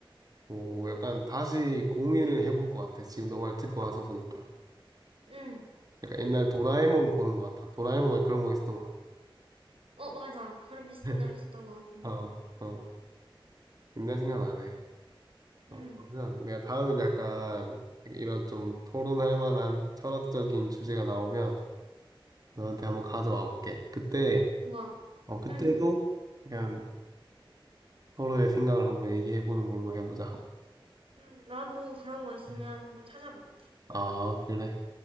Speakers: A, on the right; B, on the right.
A: 오, 약간 다시 고민을 해볼 것 같아. 지금 너 말 듣고 와서 보니까.
B: 응.
A: 약간 옛날 도라에몽 보는 것 같아. 도라에몽에 그런 거 있었던 것 같아.
B: 어, 맞아. 그런 비슷한
A: <laughs>
B: 내용 있었던 것 같은데?
A: 어, 어. 옛날 생각나네.
B: 응.
A: 어, 그러면 내가 다음에 약간 이런 좀 토론할 만한 철학적인 주제가 나오면 너한테 한번 가져와 볼게. 그때,
B: 좋아.
A: 어, 그때도
B: 응.
A: 약간 서로의 생각을 한번 얘기해 보는 걸로 해보자.
B: 응. 나도 그런 거 있으면
A: 음.
B: 한번 찾아볼게.
A: 아, 그래.